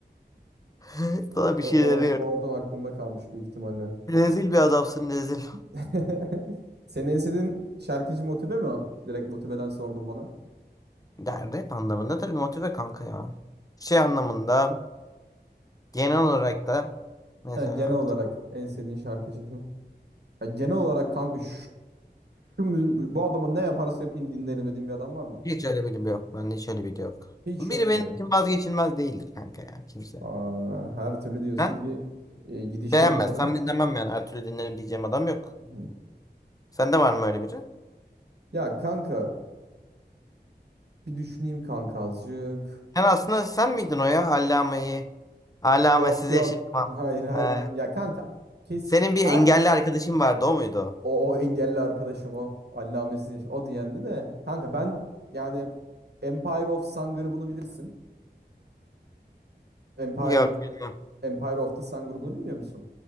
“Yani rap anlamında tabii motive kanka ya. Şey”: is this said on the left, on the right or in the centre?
Left